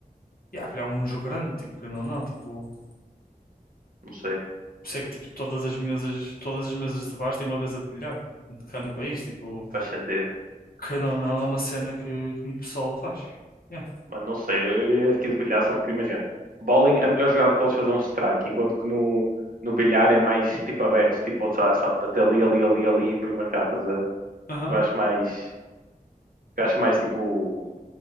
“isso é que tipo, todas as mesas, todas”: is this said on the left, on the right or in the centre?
Left